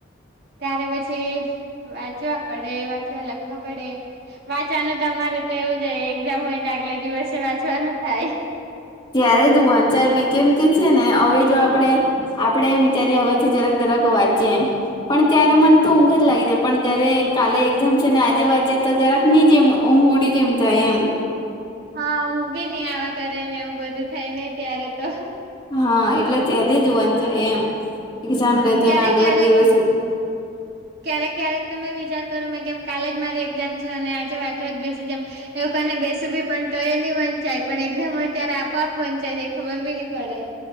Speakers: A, on the right; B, on the left.
A: ત્યારે પછી, વાંચવા પડે વાંચવા લખવા પડે. વાંચવાનું તો અમારે તો એવું જ એક્ઝામ હોય ને આગલે દિવસે વાંચવાનું થાય.
B: ક્યારે જ વચાઈ પી કેમ કે છે ને હવે જો આપડણે આપડે એમ વિચારીએ હવે થી જરાક જરાક વાંચીએ એમ. પણ ત્યારે મને તો ઊંઘ જ લાગી જાય પણ જયારે કાલે એક્ઝામ છે ને આજે વાંચે તો જરા ની જેમ ઊંઘ ઉડી જેમ જાય એમ.
A: હા ઊંઘ બી નહીં આવા કરે ને એવું બધું થાય નહિ ત્યારે તો.
B: હા એટલે ત્યારે જવાન છે એમ એક્ઝામ
A: હા
B: ડે
A: ક્યારેક
B: તેના આગલા
A: ક્યારેક
B: દિવસે
A: <inaudible> ક્યારેક ક્યારેક તો મે વિચાર કરું મે કેમ કાલે જ મારી એક્ઝામ છે. અને આજે વાંચવા જ બેસી જામ. એવું કરીને બે <unintelligible> પણ તો એ ની વંચાય પણ એક્ઝામ હોય ત્યારે આપઆપ વંચાય જાય ખબર બી ની પડે.